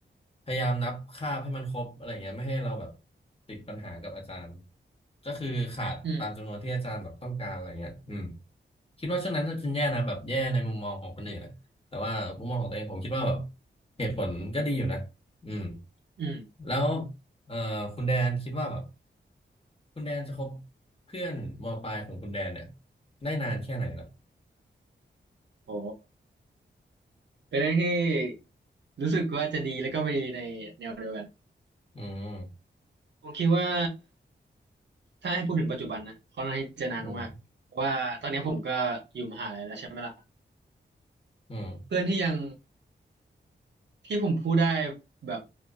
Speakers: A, on the left (about 30°); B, on the right (about 65°).
A: พยายามนับคาบให้มันครบอะไรเงี้ยไม่ให้เราแบบติดปัญหากับอาจารย์ก็คือขาดตามจำนวนที่อาจารย์แบบต้องการอะไรเงี้ยอืม
B: อืม
A: คิดว่าช่วงนั้นก็เป็นแย่นะแบบแย่ในมุมมองของคนอื่นนะแต่ว่ามุมมองของตัวเองผมคิดว่าแบบเหตุผลก็ดีอยู่นะอืม
B: อืม
A: แล้วเอ่อคุณแดนคิดว่าแบบ คุณแดนจะคบเพื่อนมปลายของคุณแดนเนี่ยได้นานแค่ไหนล่ะ
B: โหเป็นเรื่องที่รู้สึกว่าจะดีแล้วก็ไม่ดีในแนวเดียวกัน
A: อืม
B: ผมคิดว่าถ้าให้พูดถึงปัจจุบันนะค่อนข้างที่จะนานมากๆเพราะว่าตอนนี้ผมก็อยู่มหาลัยแล้วใช่ไหมล่ะ
A: อืมอืม
B: เพื่อนที่ยังที่ผมพูดได้แบบ